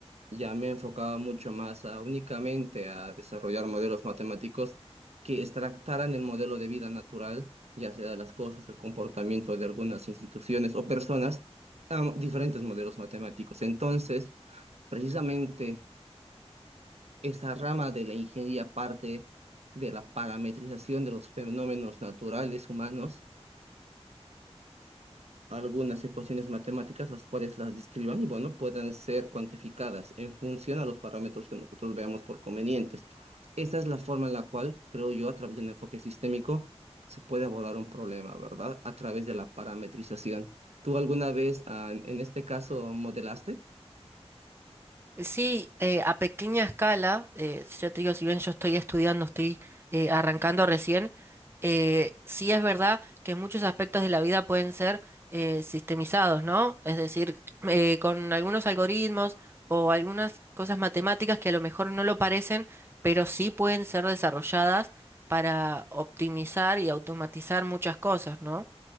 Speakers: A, on the right (about 70°); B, on the right (about 20°).
A: ya me enfocaba mucho más a únicamente a desarrollar modelos matemáticos que extractaran el modelo de vida natural, ya sea de las cosas, el comportamiento de algunas instituciones o personas, a diferentes modelos matemáticos. Entonces, precisamente esa rama de la ingeniería parte de la parametrización de los fenómenos naturales humanos algunas ecuaciones matemáticas, las cuales las describan y, bueno, puedan ser cuantificadas en función a los parámetros que nosotros veamos por convenientes. Esa es la forma en la cual, creo yo, a través de un enfoque sistémico, se puede abordar un problema, ¿verdad? A través de la parametrización. ¿Tú alguna vez, ah, en en este caso, modelaste?
B: Sí, eh, a pequeña escala, eh, si yo te digo, si bien yo estoy estudiando, estoy eh, arrancando recién, eh, sí es verdad que muchos aspectos de la vida pueden ser eh, sistemizados, ¿no? Es decir, eh, con algunos algoritmos o algunas cosas matemáticas que a lo mejor no lo parecen, pero sí pueden ser desarrolladas para optimizar y automatizar muchas cosas, ¿no?